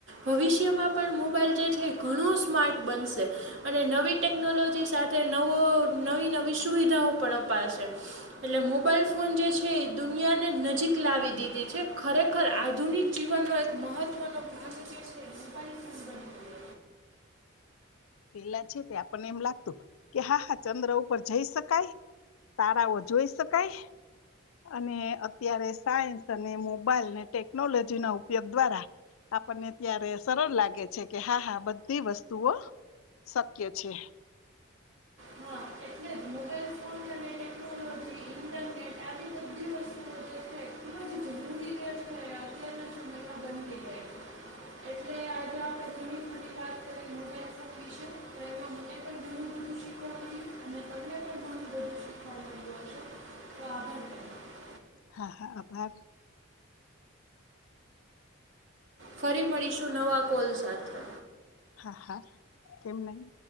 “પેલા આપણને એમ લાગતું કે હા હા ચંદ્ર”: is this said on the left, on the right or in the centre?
Left